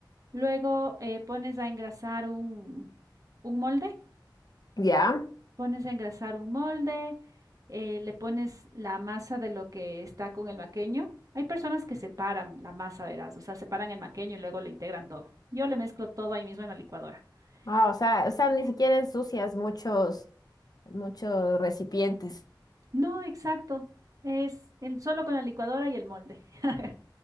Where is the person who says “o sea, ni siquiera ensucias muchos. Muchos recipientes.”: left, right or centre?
Left